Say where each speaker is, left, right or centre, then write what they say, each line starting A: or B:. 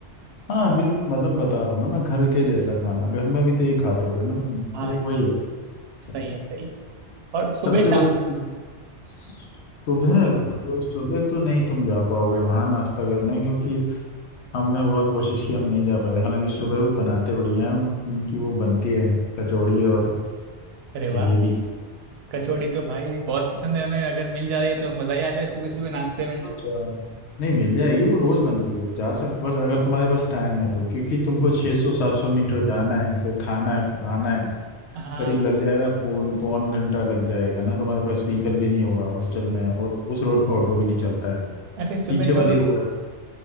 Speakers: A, on the left; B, on the right.
A: हाँ बिल्कुल मतलब बता रहा हूँ ना मैं घर के जैसा खाना घर में भी तो यही खाते होगे ना तुम तो
B: हाँ
A: वही है सब-
B: सही है सही है और सुबह
A: सबसे
B: शाम
A: बड़ी सुबह सुबह तो नहीं तुम जा पाओगे वहां नाश्ता करने क्योंकि हमने बहुत कोशिश की हम नहीं जा पाए थे। हालांकि सुबह वो बनाते बढ़िया हैं उन- उनकी वो बनती है कचौड़ी और
B: अरे
A: जलेबी
B: वाह कचौड़ी तो भाई बहुत पसंद है हमें अगर मिल जाए तो मज़ा ही आ जाए सुबह सुबह नाश्ते में
A: अच्छा नहीं मिल जाएगी वो रोज बनती है जा सकते बस अगर तुम्हारे पास टाइम है तो क्योंकि तुमको 600 700 मीटर जाना है फिर खाना है फिर आना है
B: हाँ
A: करीब लग जाएगा पौन पौन घंटा लग जाएगा ना तुम्हारे पास व्हीकल भी नहीं होगा हॉस्टल में और उस रोड पे ऑटो भी नहीं चलता है
B: अरे सुबह
A: पीछे वाली
B: तो
A: रोड है